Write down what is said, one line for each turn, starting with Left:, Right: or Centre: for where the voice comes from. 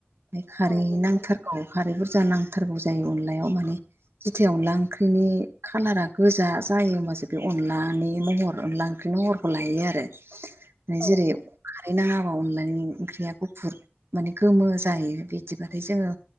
Right: ओमफाय खारै
Left: औ नंगौ
Right: नांथारगौ खारै बुरजा नांथारगौ जायो अनलायाव माने जिथिया अनला ओंख्रिनि खालारा गोजा जायो होमबासो बे अनलानि महर अनला ओंख्रिनि महरखौ लायो आरो
Left: औ
Right: जेरै खारै नाङाबा अनलानि ओंख्रिया गुफुर माने गोमो जायो बिदिबाथाय जोंङो